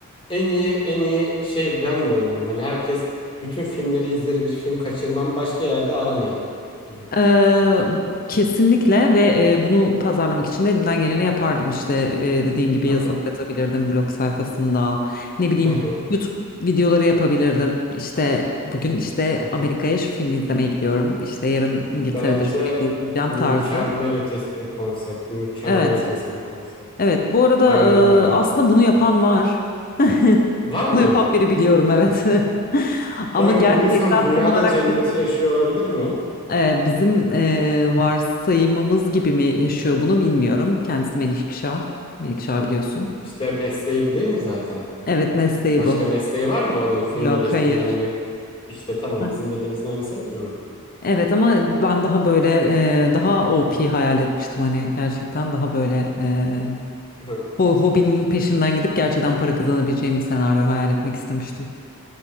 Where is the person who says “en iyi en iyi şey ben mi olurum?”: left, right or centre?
Left